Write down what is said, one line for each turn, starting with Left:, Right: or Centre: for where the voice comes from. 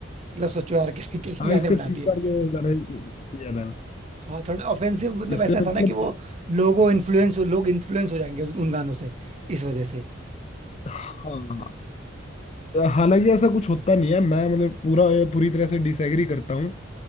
Right: मतलब सोचो यार <laughs> कैसे कैसे
Left: हाँ,
Right: गाने
Left: इसके
Right: बना
Left: तीन
Right: दिए
Left: चार जो गाने किया मैंने
Right: हाँ थोड़ा ऑफेंसिव मतलब
Left: इससे
Right: ऐसा
Left: मतलब
Right: था ना कि वो लोगो इन्फ्लुएंस हो लोग इन्फ्लुएंस हो जाएंगे उस- उन गानों से इस वजह से
Left: हाँ हालांकि ऐसा कुछ होता नहीं है मैं मतलब पूरा पूरी तरह से डिसएग्री करता हूँ